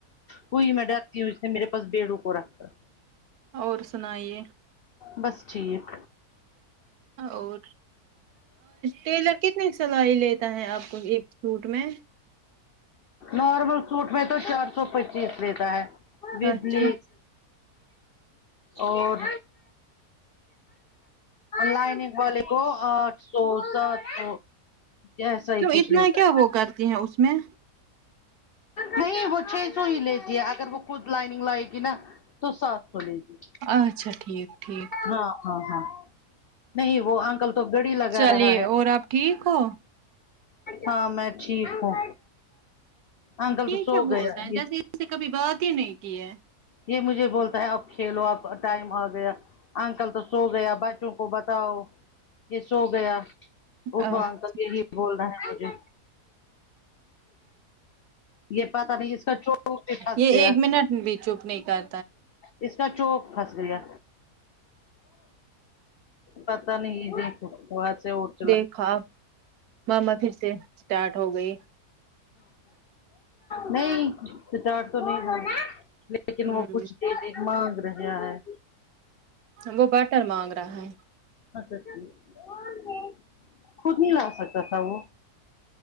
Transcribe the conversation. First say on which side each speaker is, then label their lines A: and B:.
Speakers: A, on the left; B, on the right.
A: کوئی میں ڈرتی ہوں اس نے میرے پس بیڑو کو رکھتا
B: اور سنائیے
A: بس ٹھیک
B: اور ٹیلر کتنی سلائی لیتا ہے آپ کو ایک سوٹ میں
A: نارمل سوٹ میں تو چار سو پچ چیز لیتا ہے بجلی
B: اچھا
A: اور لائنیک بولے کو آٹھ سو سات سو ایسا ہی
B: تووں
A: کچھ
B: اتنا
A: لیتا
B: کیا
A: ہے
B: وہ کرتی ہیں اس میں
A: نہیں وہ چھ سو ہی لیتی ہے اگر وہ خود لائننگ لگائے گی نا تو سات سو لے گی
B: اچھا ٹھیک ٹھیک
A: ہاں ہاں ہاں نہیں وہ انکل تو گڑی لگا
B: چلیے
A: رہا ہے
B: اور آپ ٹھیک ہو
A: ہاں میں ٹھیک ہوں انکل
B: یہ
A: تو سو
B: کیا
A: گیا
B: بول رہے ہیں
A: یہ
B: جیسے اس سے کبھی بات ہی نہیں کی ہے
A: یہ مجھے بولتا ہے اب کھیلو آب ٹائم آ گیا انکل تو سو گیا بچوں کو بتاؤ یہ سو گیا اٹھو
B: اچھا
A: انکل جی یہ بول رہا ہے مجھے یہ پتاہ نہیں اس کا چور کے پھنس
B: یہ
A: گیا
B: ایک بھی چپ نہیں کر
A: اس کا چوک پھنس گیا پتا نہیں جس
B: دیکھا ماما پھر سے اسٹارٹ ہو گئی
A: نہیں سٹارٹ تو نہیں ہوی لیکن
B: ہوں
A: وہ کچھ دیر ایک مانگ رہیا ہے
B: وہ بٹر مانگ رہا ہے
A: اچھا اچھ کود نہیں لا سکتا تھا وہ